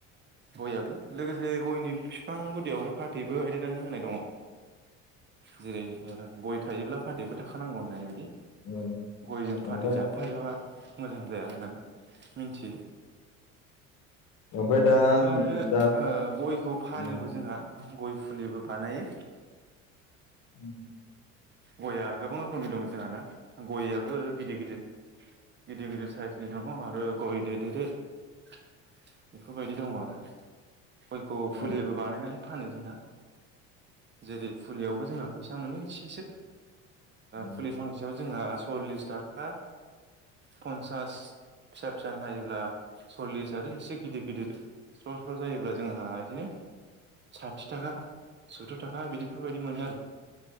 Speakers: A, on the right; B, on the left.
A: गययाबो लोगोसे गयनि बिफां गुदियावहाय फाथैबो गायदेरनानै होनाय दङ जेरै गय थायोब्ला फाथैबो थाखानांगौ होनाय बायदि
B: उम
A: गयजों फाथै
B: ओमफ्राय
A: जाफाजाबा मोजां जाया होननानै मोनथि
B: ओमफ्राय दा
A: आरो
B: दा
A: गयखौ फानोबो
B: उम
A: जोंहा गय फुलिबो बानायो
B: उ
A: गयया गोबां रोखोमनि दं जोंहा ना गययाबो गिदिर गिदिर गिदिर गिदिर साइसनि दङ आरो गय दे दे रे बेफोरबायदि दङ आरो खयखौ
B: उम
A: फुलिबो बानाय नानै फानो जोंहा जेरै फुलियावबो जोंहा फैसा मोनो एसेसो
B: उम
A: फुलि फांसेयाव जोंहा सल्लिस थाखा पन्सास फिसा फिसा हायोब्ला सल्लिस आरो एसे गिदिर गिदिर स्र स्र जायोब्ला जोंहा बिदिनो साथि थाखा सुथुर थाखा बिफोरबायदि मोनो आरो <inaudible>